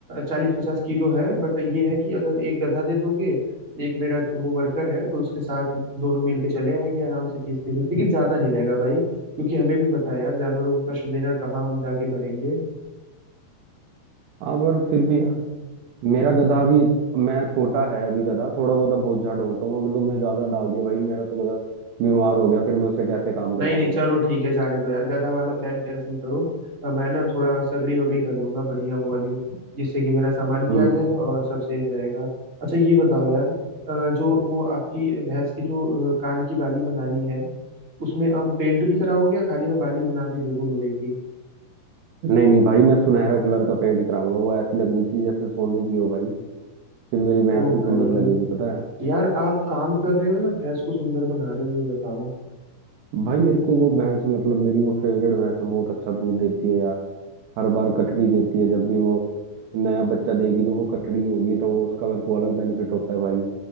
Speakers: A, on the right; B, on the right.
A: चालीस पचास किलो है बट ये है कि अगर एक गधा दे दोगे एक मेरा वो वर्कर है तो उसके साथ दोनों मिलके चले आएंगे आराम से खींचते खींचते लेकिन ज्यादा नहीं रहेगा भाई क्योंकि हमें भी पता है यार जानवरों को कष्ट देना कहाँ हम जाके भरेंगे
B: हाँ पर फिर भी यार मेरा गधा भी मैं छोटा है अभी गधा थोड़ा बहुत अब बोझा ढोता हूँ अगर तुमने ज्यादा डाल दिया भाई मेरा तो गधा बीमार हो गया फिर मैं उसे कैसे काम करवाऊंगा
A: नहीं नहीं चलो ठीक है जाने दो यार गधा वाला प्लान कैंसिल करो अ, मैं ना थोड़ा सगड़ी वगड़ी कर लूंगा बढ़िया वो वाली जिससे कि मेरा सामान भी
B: हम्म।
A: आ जाएगा और सब सेफ रहेगा अच्छा ये बताओ यार अ, जो वो आपकी भैंस की जो अ, कान की बाली बनानी है उसमें आप पेंट भी कराओगे या खाली मैं बाली बना के दे दूं लोहे की
B: नहीं नहीं भाई मैं सुनहरा कलर का पेंट कराऊंगा वो ऐसी लगनी चाहिए जैसे सोने की हो भाई फिर मेरी भैंस
A: ओ
B: भी
A: भाई
B: सुंदर लगेगी पता है
A: यार आप काम कर रहे हो या भैंस को सुंदर बना रहे हो ये बताओ
B: भाई मेरे को वो भैंस मतलब मेरी वो फेवरेट भैंस है बहुत अच्छा दूध देती है यार हर बार कटड़ी देती है जब भी वो नया बच्चा देगी तो वो कटड़ी होगी तो वो उसका मेरे को अलग बेनिफिट होता है भाई